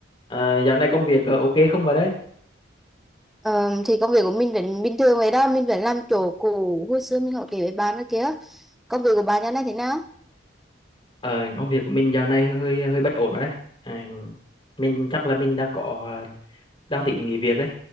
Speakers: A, on the left; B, in the centre.
A: Ờ, dạo này công việc ờ, ok không bà đấy?
B: Ờ, thì công việc của mình vẫn bình thường vậy đó mình vẫn làm chỗ cũ hồi xưa mình hỏi kể với bạn đó kia công việc của bạn nhà này thế nào
A: Ờ, công việc của mình dạo này hơi hơi bất ổn rồi đấy. À, mình chắc là mình đang có ờ, đang tính nghỉ việc đấy.